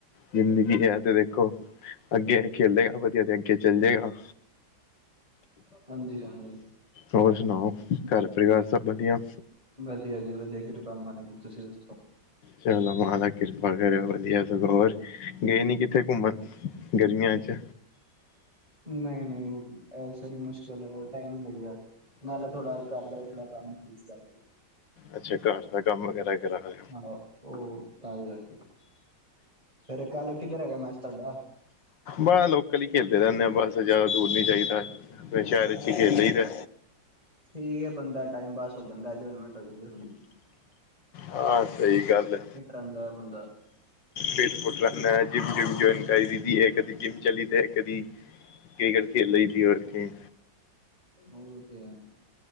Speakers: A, on the left; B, on the right.
A: ਜ਼ਿੰਦਗੀ ਹੈ ਤੇ ਦੇਖੋ, ਅੱਗੇ ਖੇਲੇੇਗਾ ਵਧੀਆ ਤੇ ਅੱਗੇ ਚੱਲ ਜਾਏਗਾ।
B: ਹਾਂਜੀ-ਹਾਂਜੀ,
A: ਹੋਰ ਸੁਣਾਓ ਘਰ ਪਰਿਵਾਰ ਸਭ ਵਧੀਆ?
B: ਵਧੀਆ ਜੀ ਵਧੀਆ ਕਿਰਪਾ ਮਾਲਕ ਦੀ, ਤੁਸੀਂ ਦੱਸੋ?
A: ਚਲੋ ਮਹਾਰਾਜ ਕਿਰਪਾ ਕਰਓ ਵਧੀਆ, ਸਗੋਂ ਗਏ ਨੀ ਕਿੱਥੇ ਘੁੰਮਣ। ਗਰਮੀਆਂ ਚ
B: ਨਹੀਂ-ਨਹੀਂ। ਐ ਸਾਰੀ ਮੁਸ਼ਕਿਲ ਟਾਈਮ ਲੱਗਿਆ ਨਾਲੇ ਥੋੜਾ ਘਰਦਾ ਥੋੜਾ ਕੰਮ ਸੀ ਇਸ ਕਰਕੇ।
A: ਅੱਛਾ ਘਰ ਦਾ ਕੰਮ ਵਗੈਰਾ ਕਰਾਹਾ।
B: ਆਹੋ, ਓ ਤਾਂ ਲੈਗੇ, ਫੇਰ ਕੱਲ ਕਿੱਧਰ ਹੈਗਾ ਮੈਚ ਤੁਆਡਾ।
A: ਬਾਹ ਲੋਕਲ ਈ ਖੇਡਦੇ ਰੈਂਦੇ ਆ ਬਸ ਜੈਦਾ ਦੂਰ ਨੀ ਜਾਈਦਾ। ਫੇਰ ਸ਼ਹਿਰ ਚ ਈ ਖੇਲ ਲਈ ਦਾ।
B: ਠੀਕ ਏ ਬੰਦਾ ਟਾਈਮ ਪਾਸ ਹੋ ਜਾਂਦਾ ਇੰਜੋਯਮੈਂਟ ਹੋ ਜਾਂਦੀ ਥੋੜੀ।
A: ਹਾਂ, ਸਈ ਗੱਲ ਐ।
B: ਫਿੱਟ ਰੈਂਦਾ ਐ ਬੰਦਾ।
A: ਫੀਟ ਫੁਟ ਰੈਂਦਾ ਜਿਮ-ਜਿਮ ਜੁਇਨ ਕਰ ਲਈ ਦੀ ਐ ਕਦੀ ਜਿਮ ਚੱਲੀ ਦਾ ਕਦੀ। ਕ੍ਰਿਕੇਟ ਖੇਲ ਲਈ ਦੀ ਹੋਰ ਕੇ
B: ਓ ਤੇ ਹੈ।